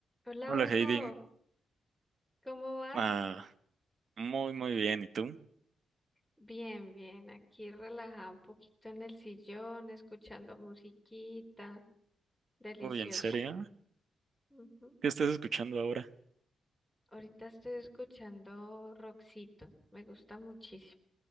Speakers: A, in the centre; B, on the right.
A: Hola
B: Hola
A: Hugo,
B: Heidi,
A: ¿cómo vas?
B: ah, muy muy bien, ¿y tú?
A: Bien, bien, aquí relajada un poquito en el sillón, escuchando musiquita, delicioso.
B: Uy, ¿en serio?
A: Ujú.
B: ¿Qué estás escuchando ahora?
A: Ahorita estoy escuchando Roxito, me gusta muchísimo.